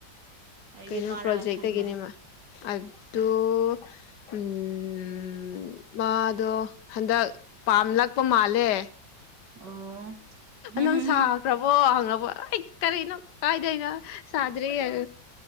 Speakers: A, on the right; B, on the left.
A: ꯑꯩꯗꯤ
B: ꯀꯩꯅꯣ
A: ꯃꯥꯔꯥ
B: ꯄ꯭ꯔꯣꯖꯦꯛꯠꯒꯤꯦꯅꯦꯃ
A: ꯍꯥꯏ ꯈꯟꯕ
B: ꯑꯗꯨꯣ ꯎꯝ ꯃꯥꯗꯣ ꯍꯟꯗꯛ ꯄꯥꯝꯂꯛꯄ ꯃꯥꯜꯂꯦ
A: ꯑꯣ ꯍꯝ
B: ꯅꯪ
A: ꯍꯝ
B: ꯁꯥꯈ꯭ꯔꯕꯣ
A: ꯍꯝ
B: ꯍꯪꯉꯕꯣ ꯑꯩ ꯀꯔꯤ ꯅꯪ ꯀꯥꯏꯗꯩꯅꯣ ꯁꯥꯗ꯭ꯔꯦꯌꯦ